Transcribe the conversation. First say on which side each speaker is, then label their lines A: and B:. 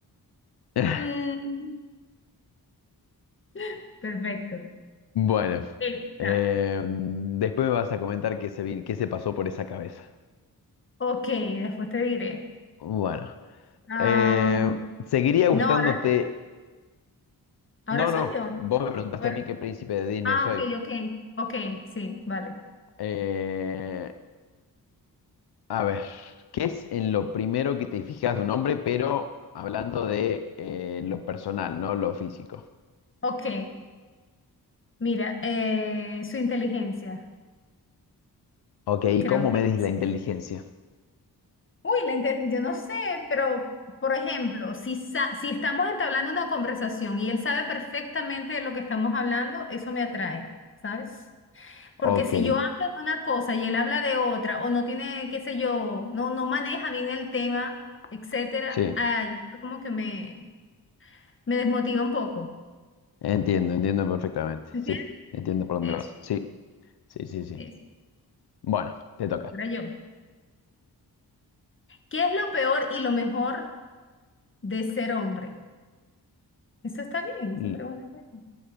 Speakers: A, on the left (about 80°); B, on the left (about 30°).
A: <laughs>
B: Mm, <laughs> perfecto.
A: Bueno,
B: Esta.
A: em, después me vas a comentar qué se, vi- qué se pasó por esa cabeza.
B: Ok, después te diré.
A: Bueno,
B: Am,
A: em, ¿seguiría gustándote?
B: no, ahora, ahora
A: No,
B: soy
A: no,
B: yo.
A: vos me preguntaste
B: Bueno,
A: a mí qué príncipe de Disney
B: ah,
A: soy.
B: ok, ok, ok, sí, vale.
A: Eh, a ver, ¿qué es en lo primero que te fijas de un hombre, pero hablando de eh, lo personal, no lo físico?
B: Ok, mira, eh, su inteligencia.
A: Ok, ¿y
B: Creo
A: cómo
B: que
A: medís
B: sí.
A: la inteligencia?
B: Uy, la inter- yo no sé, pero por ejemplo, si, sa- si estamos entablando una conversación y él sabe perfectamente de lo que estamos hablando, eso me atrae, ¿sabes?
A: Ok,
B: Porque si yo hablo de una cosa y él habla de otra, o no tiene, qué sé yo, no, no maneja bien el tema, etcétera,
A: sí,
B: ay, eso como que me, me desmotiva un poco.
A: entiendo, entiendo perfectamente.
B: ¿Entiendes?
A: Sí, entiendo por dónde
B: Eso,
A: vas. Sí, sí, sí, sí.
B: eso.
A: Bueno, te toca.
B: Era yo. ¿Qué es lo peor y lo mejor de ser hombre? Eso está bien, esa
A: L-
B: pregunta está bien.